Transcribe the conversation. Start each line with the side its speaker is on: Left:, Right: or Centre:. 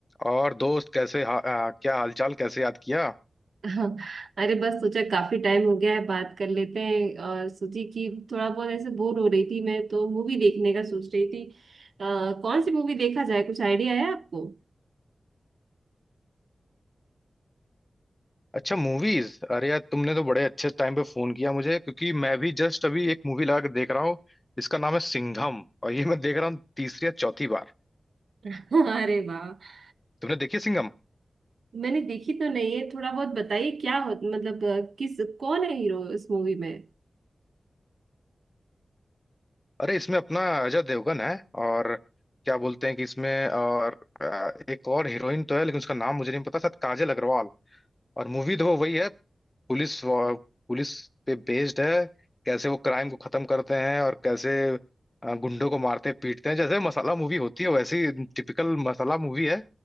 Left: और दोस्त कैसे हा, आ, क्या हालचाल कैसे याद किया
Right: <laughs> हाँ, अरे बस सोचा काफी टाइम हो गया है बात कर लेते हैं और सोची कि थोड़ा बहुत ऐसे बोर हो रही थी मैं तो मूवी देखने का सोच रही थी आ, कौन सी मूवी देखा जाए कुछ आइडिया है आपको
Left: अच्छा मूवीज अरे यार तुमने तो बड़े अच्छे टाइम पे फोन किया मुझे क्योंकि मैं भी जस्ट अभी एक मूवी लगा के देख रहा हूँ इसका नाम है सिंघम और ये मैं देख रहा हूँ तीसरी या चौथी बार
Right: <laughs> अरे वाह
Left: तुमने देखी सिंघम
Right: मैंने देखी तो नहीं है थोड़ा बहुत बताइए क्या हो मतलब अ, किस कौन है हीरो इस मूवी में
Left: अरे इसमें अपना अजय देवगन है और क्या बोलते हैं कि इसमें और आ, एक और हीरोइन तो है लेकिन उसका नाम मुझे नहीं पता शायद काजल अग्रवाल और मूवी तो वही है पुलिस वा- पुलिस पे बेस्ड है कैसे वो क्राइम को खत्म करते हैं और कैसे अ, गुंडों को मारते पीटते हैं जैसे मसाला मूवी होती है वैसी टिपिकल मसाला मूवी है